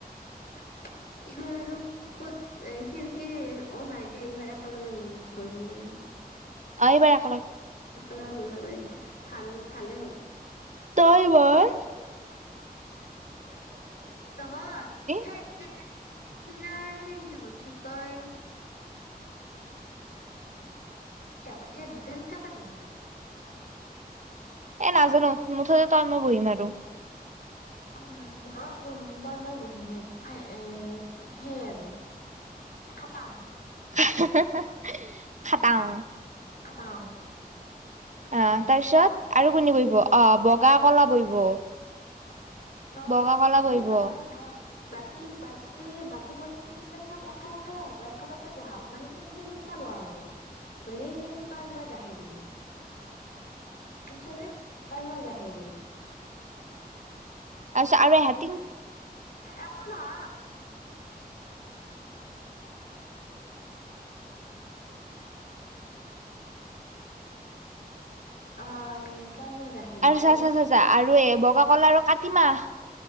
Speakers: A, on the left (about 80°); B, on the right (about 50°).
A: <inaudible> এইবাৰ আৰু ক'ত অ' খিৰকি অ' নাই দে, এইবাৰ একেলগে ব-বহিব পাৰিম।
B: আহিবাৰ,
A: একেলগে বহিব পাৰিম দে, ভাল-ভালে হ'ল।
B: তই বৰ
A: নহয় সেই
B: <unintelligible>
A: দিনা সেইদিনা সেই দি কি কয়? কি আকৌ তেতিয়া দুটা-দুটাকে দিবচোন।
B: এ, নাজানো মুঠতে তই, মই বহিম আৰু।
A: উম, ম তই মই বহিমেই এইটো ফাই সেই আৰু। খাটাং।
B: <unintelligible> খাটাং।
A: খাটাং
B: অ' তাৰ পিছত আৰু কোনে বহিব? অ' বগা-কলা বহিব।
A: অ'
B: বগা
A: অ'
B: কলা
A: অ'
B: বহিব
A: এ নহয় নহয়। বাকী, কি বাকী বাকী পৰীক্ষা কেইটাত চব একেলগে হ'ব। একেলগে বঢ়াব মানে তিনিটা তিনিটা বঢ়াব। হলে তই মই <unintelligible> দিম। শুনিছনে? তই মই গাহেৰি
B: <unintelligible> আৰু এহেত।
A: একো নহ, <inaudible> অ'। তই-মই গাহেৰি আৰু?
B: চা চা চা চা আৰু এ বগা কলা আৰু কাতিমাহ